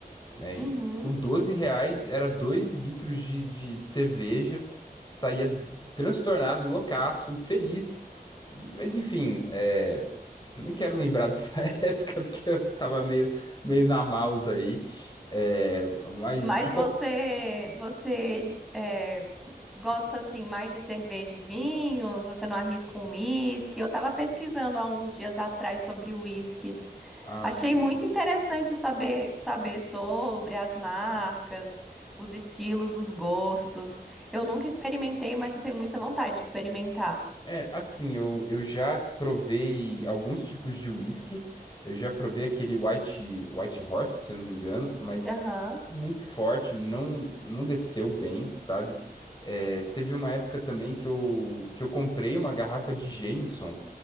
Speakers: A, on the left; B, in the centre.
A: né?
B: Uhum.
A: E com 12 reais era 2 litros de, de cerveja, saía transtornado, loucaço, feliz. E- Mas enfim, é, não quero lembrar dessa <laughs> época porque eu tava meio, meio na mouse aí. É, mas
B: Mas
A: de qual...
B: você, você é, gosta assim mais de cerveja e vinho? Você não arrisca um uísque? Eu estava pesquisando há uns dias atrás sobre uísques.
A: Ah,
B: Achei
A: sim.
B: muito interessante saber saber sobre as marcas, os estilos, os gostos. Eu nunca experimentei, mas eu tenho muita vontade de experimentar.
A: É, assim, eu, eu já provei alguns tipos de whisky. Eu já provei aquele White, White Horse, se eu não me engano, mas
B: Aham.
A: muito forte, não, não desceu bem, sabe? É, teve uma época também que eu, que eu comprei uma garrafa de Jameson.